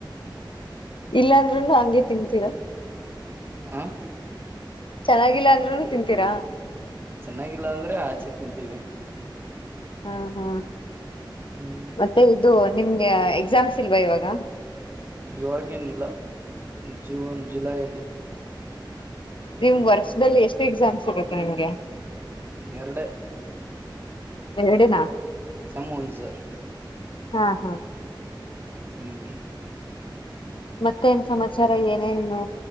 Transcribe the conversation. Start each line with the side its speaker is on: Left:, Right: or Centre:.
Left: ಇಲ್ಲಾ ಅಂದ್ರೂನು ಹಗೆ ತಿನ್ಂತಿರ
Right: ಆ
Left: ಚೆನ್ನಾಗಿಲ್ಲ ಅಂದ್ರುೂನು ತಿನ್ಂತೀರಾ
Right: ಚೆನ್ನಾಗಿಲ್ಲ ಅಂದ್ರೆ ಆಚೆ ತಿಂತೀವಿ
Left: ಹ್ಮ ಹಾ್
Right: ಹ್ಮ್
Left: ಮತ್ತೆ ಇದು ನಿಮ್ಗೆ ಎಕ್ಸಾಮ್ಸ್ ಇಲ್ವಾ ಇವಾಗ
Right: ಇವಾಗೇನಿಲ್ಲ ಜೂನ್ ಜುಲೈಯಲ್ಲಿ
Left: ನಿಮ್ ವರ್ಷದಲ್ಲಿ ಎಷ್ಟು ಎಕ್ಸಾಮ್ಸ್ ಸಿಗತ್ತೆ ನಿಮ್ಗೆ
Right: ಎರಡೇ
Left: ಎರಡೇನಾ
Right: ಸಮವಯ್ಸ
Left: ಹಾ ಹಾ
Right: ಹ್ಮ್
Left: ಮತ್ತೆ ನ್ ಸಮಾಚಾರ ಏನೇನು